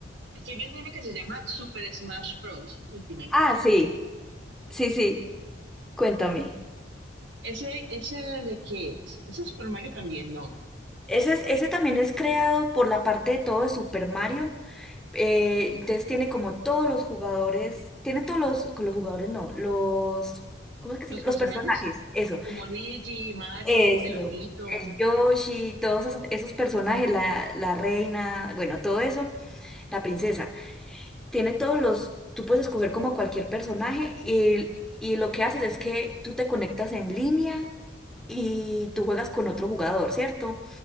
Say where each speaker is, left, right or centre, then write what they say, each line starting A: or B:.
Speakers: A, on the right; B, in the centre.
A: estoy viendo uno que se llama Super Smash Bros. Ultimate.
B: Ah, sí, sí, sí, cuéntame.
A: ¿Ese, ese de qué es? ¿Ese es Super Mario también? No.
B: Ese, es- ese también es creado por la parte de todo de Super Mario. Eh, entonces tiene como todos los jugadores, tiene todos los, con los jugadores, no, los, ¿cómo es que
A: ¿Los
B: se llama?
A: personajes?
B: Los personajes, eso,
A: Como Luigi, Mario,
B: eso,
A: el honguito.
B: el Yoshi, todos esos, esos personajes, la, la reina, bueno, todo eso, la princesa tiene todos los, tú puedes escoger como cualquier personaje y, y lo que haces es que tú te conectas en línea y tú juegas con otro jugador, ¿cierto?